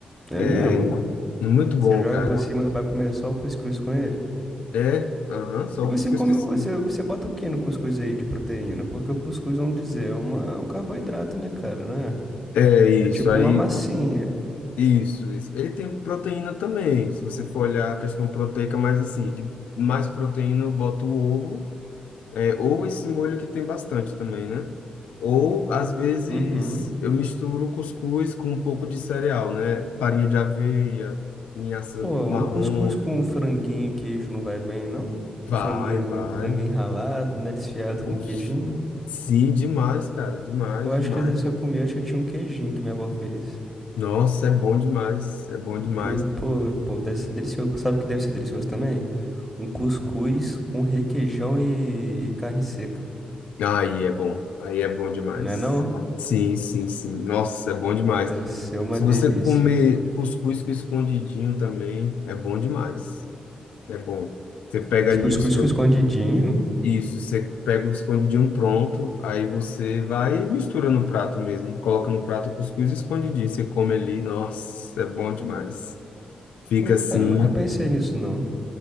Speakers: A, in the centre; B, on the left.
A: É
B: É
A: mesmo?
B: muito
A: Você
B: bom,
A: joga
B: cara.
A: por cima, dá pra comer só o cuscuz com ele.
B: É, aham, só
A: E
B: o
A: você
B: cuscuz
A: come,
B: que sim.
A: o- você, você bota o que no cuscuz aí de proteína? Porque o cuscuz, vamos dizer, é uma, um carboidrato, né, cara, né?
B: É isso,
A: É tipo
B: aí.
A: uma massinha.
B: Isso, isso. Ele tem proteína também. Se você for olhar a questão proteica, mas assim, de mais proteína, eu boto o ovo, é, ou esse molho que tem bastante também, né? Ou, às vezes,
A: Uhum.
B: eu misturo o cuscuz com um pouco de cereal, né? Farinha de aveia, linhaça
A: Pô,
B: marrom.
A: um cuscuz com franguinho e queijo não vai bem, não?
B: Vai,
A: Um franguinho,
B: vai.
A: um franguinho ralado, né, desfiado
B: Oxe,
A: com queijinho.
B: Sim, demais, cara. Demais,
A: Eu acho
B: demais.
A: que às vezes que eu comi, eu acho que tinha um queijinho que minha avó fez.
B: Nossa, é bom demais. É bom demais.
A: Pô, pô, pô, deve ser delicioso. Sabe o que deve ser delicioso também? Um cuscuz com requeijão e, e carne seca.
B: Aí é bom, aí é bom demais.
A: Não é não?
B: Sim, sim, sim. Nossa, é bom demais.
A: Pô, deve ser uma
B: Se
A: delícia.
B: você comer cuscuz com escondidinho também, é bom demais. É bom. Você pega
A: E
B: ali
A: cuscuz
B: o escon-
A: com escondidinho?
B: isso, você pega o escondidinho pronto, aí você vai e mistura no prato mesmo, coloca no prato o cuscuz e escondidinho, você come ali, nossa, é bom demais. Fica
A: Pô,
B: assim.
A: cara, eu nunca pensei nisso, não.